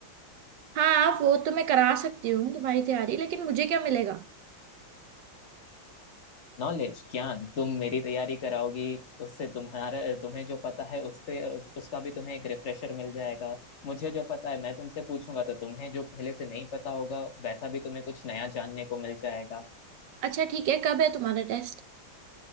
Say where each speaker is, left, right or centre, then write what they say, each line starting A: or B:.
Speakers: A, on the right; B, on the left.
A: हाँ वो तो मैं करा सकती हूँ तुम्हारी तैयारी लेकिन मुझे क्या मिलेगा
B: नॉलेज ज्ञान तुम मेरी तैयारी कराओगे उससे तुम्हारा तुम्हें जो पता है उसके उसका भी तुम्हें एक रिफ्रेशर मिल जाएगा मुझे जो पता है मैं तुमसे पूछूंगा तो तुम्हें जो पहले से नहीं पता होगा वैसा भी तुम्हें कुछ नया जानने को मिल जाएगा
A: अच्छा ठीक है कब है तुम्हारा टेस्ट